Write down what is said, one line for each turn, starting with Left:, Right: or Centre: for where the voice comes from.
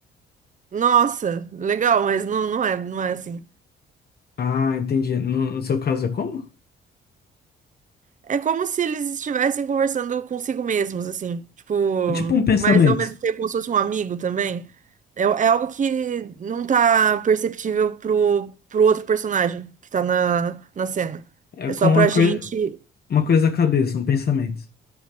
Right: Nossa, legal, mas não, não é, não é assim.
Left: Ah, entendi. No, no seu caso é como?
Right: É como se eles estivessem conversando consigo mesmos, assim. Tipo,
Left: É tipo um pensamento.
Right: mas ao mesmo tempo como se fosse um amigo também. É, é algo que não tá perceptível pro, pro outro personagem que tá na, na cena.
Left: É
Right: É
Left: com
Right: só pra
Left: uma,
Right: gente.
Left: coi uma coisa da cabeça, um pensamento.